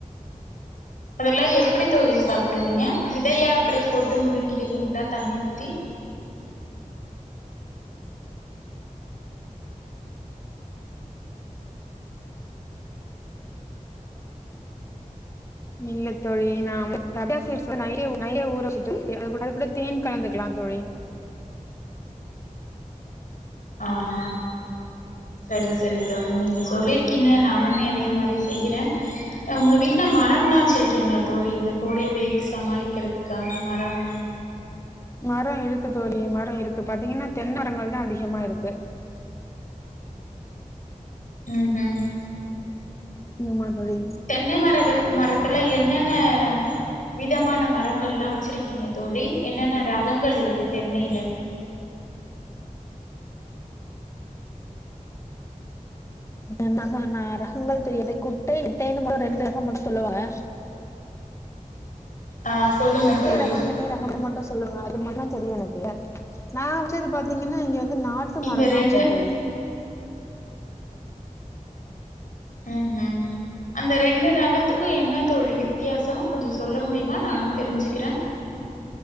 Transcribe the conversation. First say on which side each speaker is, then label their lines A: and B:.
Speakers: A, on the left; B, on the left.
A: அதெல்லாம் எப்படி தோழி சாப்பிடுவீங்க விதையா அப்படியே போட்டு முழுங்கிடுவீங்களா தண்ணி ஊத்தி
B: இல்ல தோழி நாம சப்யா சீட்ஸ நைய நைய ஊறச்ச அதுகூட தேன் கலந்துக்கலாம் தோழி
A: ஆஹ சரி சரி தோழி நீங்க சொல்லிருக்கீங்க நானுமே அதே மாதிரி செய்யறேன் உங்க வீட்டுல மரம் எல்லாம் வச்சிருக்கீங்களா தோழி இந்த கோடை வெயில் சமாளிக்கிறதுக்கான மரம்
B: மரம் இருக்கு தோழி மரம் இருக்கு பாத்தீங்கன்னா தென்னரங்கள் தான் அதிகமா இருக்கு
A: ம் ஹும்
B: இனிமதா தோழி
A: தென்னை மர மரத்துல என்னென்ன விதமான மரங்கள்லாம் வச்சிருக்கீங்க தோழி என்னென்ன ரகங்கள் இருக்கு தென்னையில
B: என்க ரகங்கள் தெரியாது குட்டை நெட்டைன்னு மட்டும் ரெண்டு ரகம் மட்டும் சொல்லுவாங்க
A: ஆ சொல்லுங்க
B: குட்டை
A: தோழி
B: ரகம் குட்டை ரகம்ன்னு மட்டும் சொல்லுவாங்க அது மட்டும் தான் தெரியும் எனக்கு நா வச்சது பாத்தீங்கன்னா இங்க வந்து நாட் ட்டு
A: இந்த
B: மரம் தான்
A: ரெண்டு
B: வச்சன் தோழி
A: ம் உம் அந்த ரெண்டு ரகத்துக்கும் என்ன தோழி வித்தியாசம் கொஞ்சம் சொல்ல முடியுமா நானும் தெரிஞ்சிக்கிறேன்